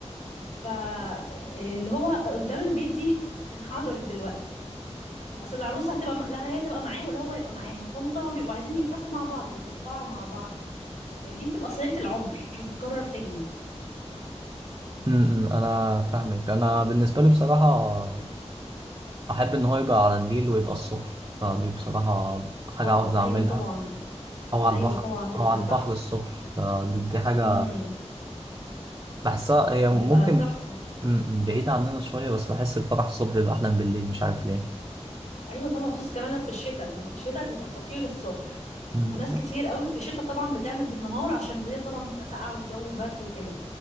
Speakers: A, on the left; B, on the right.
A: فاللي هو قدام البيت دي انحدرت دلوقتي اصل العروسة هتبقى م- لا هي تبقى معاه ولا هو يبقى معاها فهم طبعا بيبقوا عايزين يفرحوا مع بعض بيبقوا في قاعة مع بعض دي بتبقى صلة العمر مش هتتكرر تاني
B: م- م، أنا فاهمك أنا بالنسبة لي بصراحة أحب إن هو يبقى على النيل ويبقى الصبح فدي بصراحة حاجة
A: اه
B: عاوز أعملها
A: ايوه طبعا
B: أو على
A: ايوه
B: البحر
A: طبعا تبقى
B: أو على البحر
A: تحفة
B: الصبح فدي دي حاجة
A: امم
B: بحسها هي
A: هتبقى
B: ممكن
A: تحفة
B: م- م، بعيدة عننا شوية بس بحس الفرح الصبح بيبقى أحلى من بالليل مش عارف ليه
A: ايوه طبعا خصوصا كمان لو في الشتاء لو في الشتاء بيبقى خطير الصبح
B: م،
A: وناس كتير قوي في الشتاء طبعا بتعمل بالنهار عشان بالليل طبعا بيبقى ساقعه والجو برد وكده